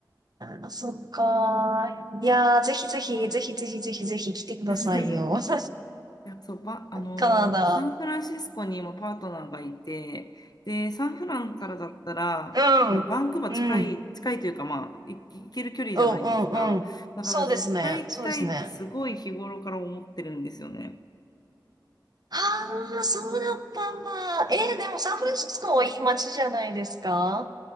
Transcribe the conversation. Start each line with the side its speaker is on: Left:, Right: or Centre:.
Right: あそっか。いやー、ぜひぜひ、ぜひぜひぜひぜひ来てくださいよ。
Left: <laughs>
Right: <laughs>
Left: いや、そう、ば、あのーサンフランシスコにもパートナーがいて、
Right: カナダ。
Left: で、サンフランからだったら、
Right: うん。
Left: あの、
Right: うん。
Left: バンクーバー近い、
Right: うん、
Left: 近いというか、まあ、い行ける距離じゃないですか。
Right: うん、うん。
Left: だから絶対行きたいってすごい日頃から思ってるんですよね。
Right: そうですね。そうですね。ああ、そうだったんだ。えー、でもサンフランシスコもいい街じゃないですか